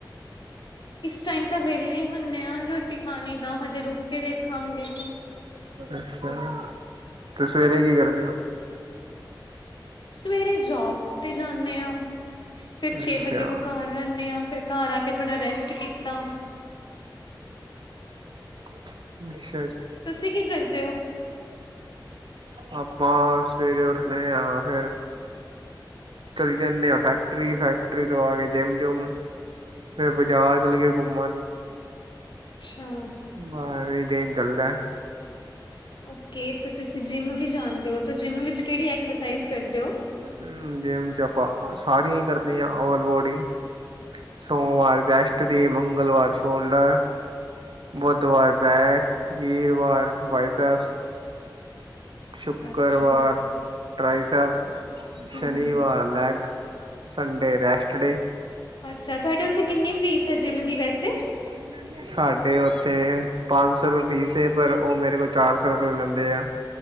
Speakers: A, on the left (about 70°); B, on the right (about 85°).
A: ਟਾਈ ਤਾਂ ਵਹਲੇ ਹੁੰਨੇ ਆ ਰੋਟੀ ਪਾਣੀ ਦਾ ਹਜੇ ਰੁਕ ਕੇ ਵੇਖਾਂਗੇ।
B: ਅੱਛਾ ਤੇ ਸਵੇਰੇ ਕੀ ਕਰਦੇ ਹੋ
A: ਸਵੇਰੇ ਜੋਬ ਤੇ ਜਾਣੇ ਆ। ਫਰ ਛੇ
B: ਅੱਛਾ
A: ਵਜੇ ਕੋਲ ਘਰ ਆੇ ਇਹਨਾਂ ਨੂੰ ਫਿਰ ਘਰ ਆ ਕੇ ਥੋੜਾ ਰੈਸਟ ਕੀਤਾ
B: <unintelligible>
A: ਤੁਸੀਂ ਕੀ ਕਰਦੇ ਹੋ
B: ਆਪਾਂ ਸਵੇਰੇ ਉੱਠਦੇ ਹਾਂ ਫਿਰ ਚਲੇ ਜਾਂਦੇ ਹਾਂ ਫੈਕਟਰੀ ਫੈਕਟਰੀ ਤੋਂ ਆ ਕੇ ਜਿੰਮ ਜੁਮ ਫੇਰ ਬਾਜ਼ਾਰ ਚਲੇ ਗਏ। ਘੁੰਮਣ
A: ਅੱਛਾ।
B: ਬਸ ਇਹ, ਚੱਲਦਾ,
A: ਓਕੇ ਫਿਰ ਤੁਸੀ ਜਿੰਮ ਵੀ ਜਾਂਦੇ ਹੋ ਜਿੰਮ ਵਿਚ ਕਿਹੜੀ ਐਕਸਰਸਾਈਜ਼ ਕਰਦੇ ਹੋ?
B: ਹੂੰ ਜਿੰਮ ਚ ਆਪਾਂ ਸਾਰੀਆਂ ਹੀ ਕਰਦੇ ਹਾਂ ਓਵਲ ਬੋਡੀ ਸੋਮਵਾਰ ਚੈਸਟ ਦੀ ਮੰਗਲਵਾਰ ਸ਼ੋਲਡਰ ਬੁੱਧਵਾਰ ਬੈਕ ਵੀਰਵਾਰ ਬਾਈਸਪ ਸ਼ੁੱਕਰਵਾਰ
A: ਅੱਛਾ ਹੂੰ
B: ਟਰਾਈ ਸਾਹਿਬ, ਸ਼ਨੀਵਾਰ
A: ਹੂੰ
B: ਲੈਗ, ਸੰਡੇ ਰੈਸ਼ਟ।
A: ਅੱਛਾ ਤੁਹਾਡੇ ਉੱਥੇ ਕਿੰਨੀ
B: <unintelligible>
A: ਫੀਸ ਹੈ ਜਿੰਮ ਦੀ ਵੈਸੇ?
B: ਸਾਡੇ ਉ ਤੇ ਪੰਜ ਸੋ ਰੁਪਏ ਫੀਸ ਹੈ ਪਰ ਉਹ ਮੇਰੇ ਕੋਲ ਚਾਰ ਸੋ ਰੁਪਏ ਲੈਂਦੇ ਆ।